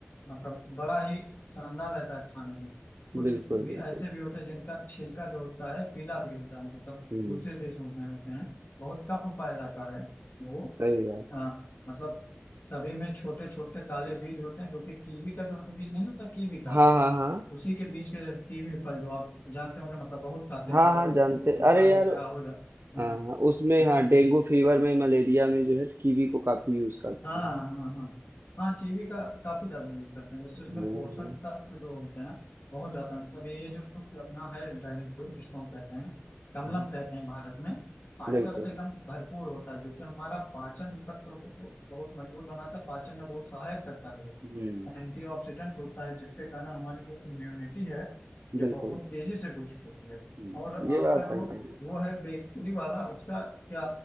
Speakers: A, on the left; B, on the right.
A: मतलब बड़ा ही शानदार रहता है खाने में कुछ
B: बिल्कुल
A: भी
B: बिल्कुल
A: ऐसे भी होते हैं जिनका छिलका जो होता है पीला भी होता है मतलब
B: हम्म
A: दूसरे देशों में होते हैं बहुत कम पाया जाता है वो
B: सही बात
A: आ,
B: है
A: मतलब सभी में छोटे छोटे काले बीज होते हैं जो कि कीवी का जो बीज नहीं होता कीवी का
B: हाँ हाँ हाँ
A: उसी के बीज के जैसे कीवी फल जो आप जानते होंगे मतलब बहुत खाते हैं
B: हाँ
A: अगर
B: हाँ
A: जो
B: जानते
A: बुखार
B: अरे यार
A: वगैरह हो जाए हम्म
B: हाँ उसमें
A: हम्म
B: हाँ
A: हम्म।
B: डेंगू फीवर में मलेरिया में जो है कीवी को काफी यूज करते
A: हाँ
B: हैं
A: हाँ हाँ हाँ कीवी का काफी ज्यादा यूज करते हैं वैसे उसमें
B: हम्म,
A: पोषण तत्व जो होते हैं बहुत ज्यादा है। मतलब ये जो अपना है ड्रैगन फ्रूट जिसको हम कहते हैं कमलम
B: हम्म,
A: कहते हैं भारत में फाइबर
B: बिल्कुल
A: से एकदम भरपूर होता है जो कि हमारा पाचन तंत्र को बहुत मजबूत बनाता है पाचन में बहुत सहायक करता है
B: हम्म,
A: एंटीऑक्सीडेंट होता है जिसके कारण हमारी जो इम्यूनिटी है ये
B: बिल्कुल
A: बहुत तेजी से बूस्ट होती है
B: हम्म।
A: और
B: ये
A: आपका
B: बात
A: जो
B: सही कह रहे
A: वो है बेकरी वाला उसका क्या